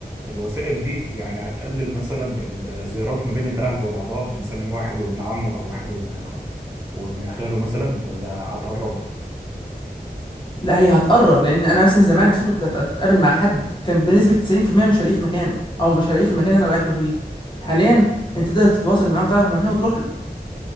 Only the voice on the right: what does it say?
الوسائل دي يعني هتقلل مثلا الزيارات ما بين الاهل وبعضها مثلا واحد وابن عمه او واحد وابن وابن خاله مثلا ولا هتقربها